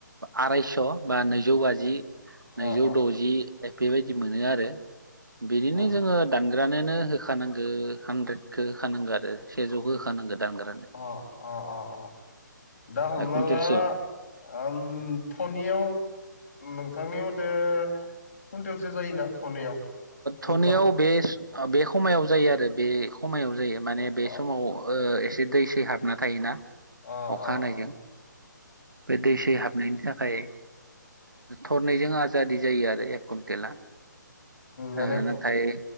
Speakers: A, on the right (about 75°); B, on the left (about 45°).
A: आरायस' बा नैजौ बाजि
B: अ
A: नैजौ
B: अ
A: द'जि बेबायदि मोनो आरो बिदिनो
B: अ
A: जोङो दानग्रानोनो होखानांगौ हानद्रेदखौ होखानांगौ आरो सेजौखौ होखानांगौ दानग्रोनो
B: अ अ अ अ दा हमना
A: कुइन्टेलसेयाव
B: ला ओम थनैयाव नोंथांनि मथे कुन्टेलसो जायोना। थनायाव गुरखाव
A: धनियाव बे खमायाव जायो आरो बे समायाव जायो माने
B: अ
A: बे
B: अ
A: समाव एसे दै सै हाबना थायोना।
B: अ
A: अखा
B: अ
A: हानायजों
B: अ।
A: बे दै सै हाबनायनि थाखाय थरनै। जों आजादि जायो आरो एक कुन्टेला
B: माने
A: ओ नाथाय